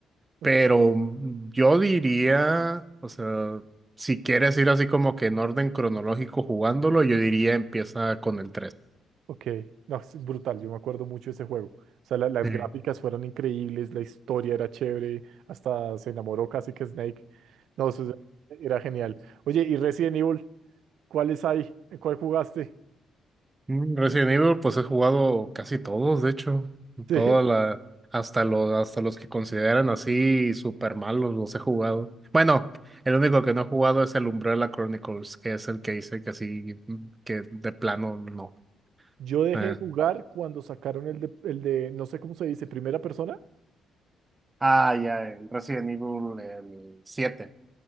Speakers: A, on the right; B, on the right.
A: ok.
B: Pero mm, yo diría, o sea, si quieres ir así como que en orden cronológico jugándolo, yo diría empieza con el
A: ok. No, es brutal, yo me acuerdo mucho de ese juego. O sea, la- las
B: 3.
A: gráficas fueron increíbles, la historia era chévere, hasta se enamoró casi que Snake. No, eso era genial. Oye, ¿y Resident Evil? ¿Cuáles hay? ¿Cuál jugaste?
B: Mm, Resident Evil, pues he jugado casi todos, de hecho,
A: Sí.
B: toda
A: <laughs>
B: la, hasta los, hasta los que consideran así super malos los he jugado. Bueno, el único que no he jugado es el Umbrella Chronicles, que es el que hice que así, mm, que de plano no.
A: Yo dejé
B: Eh,
A: de jugar cuando sacaron el de, el de, no sé cómo se dice, primera persona.
B: Ah, ya, el Resident Evil el siete